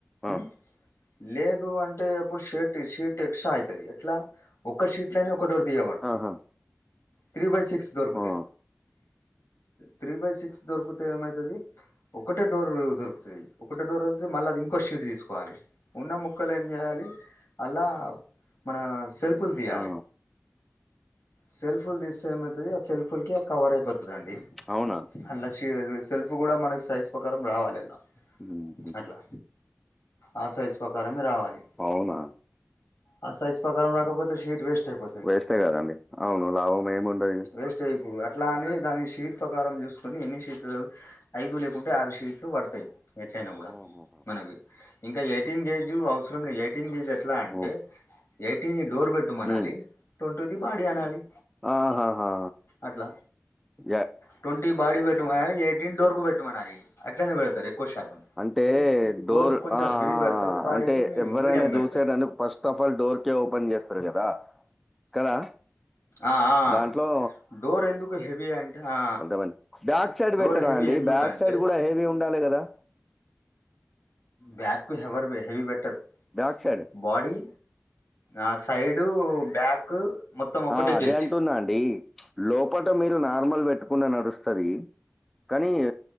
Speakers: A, on the left; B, in the centre.
A: ఉమ్
B: ఆ
A: లేదు అంటే ఎప్పుడు షర్ట్ షీట్ ఎక్స్ట్రా అయితది ఎట్లా? ఒక్క షీట్లోనే ఒక డోర్ దీయబడతాయ్
B: ఆహా
A: త్రీ బై సిక్స్ దొరుకుతే,
B: ఆ
A: త్రీ బై సిక్స్ దొరుకుతే ఏమైతది ఒక్కటే డోర్ దొరుకుతది. ఒకటే డోర్ తల్తే మళ్ళీ అది ఇంకో షీట్ తీసుకోవాలి ఉన్న ముక్కలు ఏం చేయ్యాలి అలా మన సెల్పులు తీయాలి
B: ఆ
A: సెల్ఫుల్ తీస్తే ఏమయితది, ఆ సెల్ఫుల్ కి కవర్ అయిపోతదండి
B: అవునా?
A: అల్లషా సెల్ఫ్ కూడా మనకి సైజ్ ప్రకారం రావాలి లా
B: ఉమ్
A: అట్లా ఆ సైజ్ ప్రకారమే రావాలి
B: అవునా
A: ఆ సైజ్ పకారం రాకపోతే షీట్ వేస్ట్ ఐపో
B: వేస్టే కదండి అవును లాభం ఏమి ఉండదు ఇగ
A: వేస్ట్ అయ్యి పోదు అట్లా అని దాని షీట్ ప్రకారం చూస్కొని ఎన్ని షీట్లు ఐదు లేకుంటే ఆరు షీట్లు పడ్తాయ్ ఎట్లైనా కూడా
B: ఆహాహా
A: మనకు ఇంకా ఎయిటీన్ కేజ్ అవసరం లేదు ఎయిటీన్ కేజ్ ఎట్లా అంటే
B: హ్మ్
A: ఎయిటీన్ డోర్ పెట్టు మనాలి
B: హ్మ్
A: ట్వంటూ ది బాడీ అనాలి
B: ఆహాహా
A: అట్లా
B: జా
A: ట్వంటీ బాడి పెట్టుమనాలి ఎయిటీన్ డోర్గు పెట్టుమనాలి అట్లానే పెడ్తారు ఎక్కువ శాతం
B: అంటే డోర్
A: కు కొంచెం
B: ఆ
A: హెవీ
B: ఆ
A: పెడతారు బాడీకు
B: అంటే
A: మీడియం
B: ఎవ్వరైనా
A: మీడియం పెడతారు
B: చూసేరంటే ఫస్ట్ తఫల్ డోర్ కె ఓపెన్ చేస్తారు కదా కదా
A: ఆ ఆ
B: దాంట్లో
A: డోర్ ఎందుకు హెవి అంటే ఆ
B: అంతమంది బ్యాక్ సైడ్
A: డోర్
B: పెట్టారా
A: హెవీ
B: అండి
A: ఎందుకంటే
B: బ్యాక్ సైడ్ కూడా హెవీ ఉండాలి కదా
A: బ్యాగ్కు హవర్ వె heavy better
B: back side
A: body ఆ సైడు బ్యాక్ మొత్తం ఒకటే
B: ఆ అదే
A: గేజ్
B: అంటున్న అండి లోపల మీరు నార్మల్ పెట్టు కుండా నడుస్తది కానీ